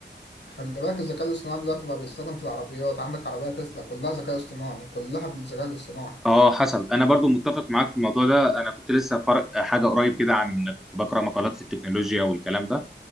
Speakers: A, on the left; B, in the centre.
A: خلي بالك الذكاء الاصطناعي دلوقتي بقى بيستخدم في العربيات عندك عربية تسلا كلها ذكاء اصطناعي كلها بالذكاء الاصطناعي
B: اه حصل انا برضو متفق معاك في الموضوع ده انا كنت لسه قارئ حاجه قريب كده عن كنت بقرا مقالات في التكنولوجيا والكلام ده